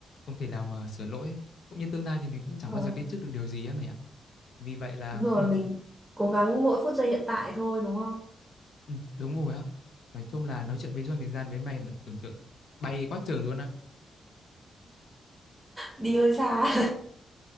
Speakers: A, on the left (about 55°); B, in the centre.
A: không thể nào mà sửa lỗi cũng như tương lai thì mình cũng chẳng
B: đúng
A: bao giờ
B: rồi,
A: biết trước được điều gì á mày ạ vì vậy là
B: rồi
A: ừ,
B: mình cố gắng mỗi phút giây hiện tại thôi đúng không?
A: ừ, đúng rồi á nói chung là nói chuyện với du hành thời gian với mày mà tưởng tượng bay quá trời luôn á
B: Đi hơi xa.